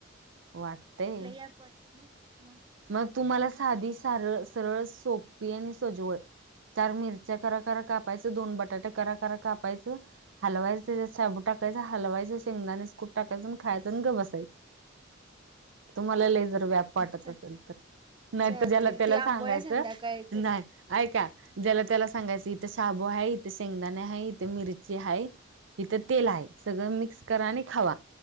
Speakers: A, on the right (about 75°); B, on the right (about 25°).
A: वाटतंय
B: ॲप वाटत नाही मग
A: मग तुम्हाला साधी सारळ सरळ सोपी आणि सोजवळ चार मिरच्या कराकरा कापायचं दोन बटाटे कराकरा कापायचं हालवायंच तेज्यात शाबू टाकायच हालवायच शेंगदाण कुठ टाकायच खायचं अन् गप्प बसायचं तुम्हाला जर लय व्याप वाटतं
B: चल
A: असेल तर नाही
B: चालतय
A: तर ज्याला- त्याला
B: ती आंबोळ्या
A: सांगायचं.
B: संध्याकाळी करतो
A: नाही ऐका, ज्याला -त्याला सांगायचं इथं शाबू हाय, इथे शेंगदाणे हाय, इथे मिरची हाय इथं तेल हाय. सगळं मिक्स करा आणि खावा.